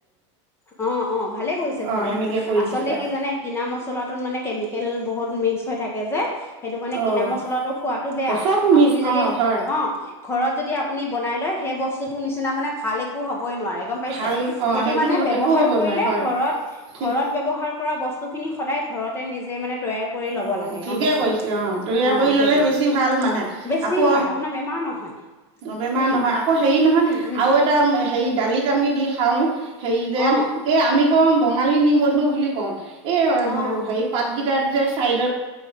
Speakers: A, on the left (about 15°); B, on the right (about 35°).
A: অ অ ভালে কৈছে
B: অঁ
A: ভালে
B: সেনেকে
A: কৈছে
B: কৰি
A: আচলতে
B: দিছে আৰু
A: কি জানে কিনা মচলাটোত মানে কেমিকেল বহুত মিক্স হৈ থাকে যে। সেইটো কাৰণে
B: অঁ
A: কিনা মচলাটো খোৱাতটো বেয়া
B: চব মিছ
A: আপুনি যদি
B: অঁ হয়
A: অ ঘৰত যদি আপুনি বনাই লয় সেই বস্তুটোৰ নিচিনা মানে ভাল একো হ'ব সবই নোৱাৰে গম পাইছে।
B: ভাল অঁ
A: সেইটো কাৰণে ব্যৱহাৰ
B: একো হ'ব
A: কৰিলে
B: নোৱাৰে হয়
A: ঘৰত
B: ঠিক
A: ঘৰত ব্ৱহাৰ কৰা বস্তু বস্তুখিনি সদায় ঘৰতে নিজে মানে তৈয়াৰ কৰি ল'ব
B: অ
A: লাগে
B: ঠিকে
A: গম পাইছে
B: কৰিছে অ তৈয়াৰ
A: অ',
B: কৰি ললে
A: সেইটোৱে
B: বেছি ভাল মানে
A: বেছি
B: আকৌ
A: ভাল আপোনাৰ বেমাৰ নহয়
B: বেমাৰ
A: উম,
B: নহয় আকৌ হেৰি নহয়।
A: উম,
B: আৰু এটা হেৰি দালিত আমি দি খাওঁ হেৰি যে
A: অ',
B: এই আমি কম বঙালী, নিবধু বুলি কওঁ এই
A: অ', অ
B: হেৰি পাত, গ তাত যে ছাইডত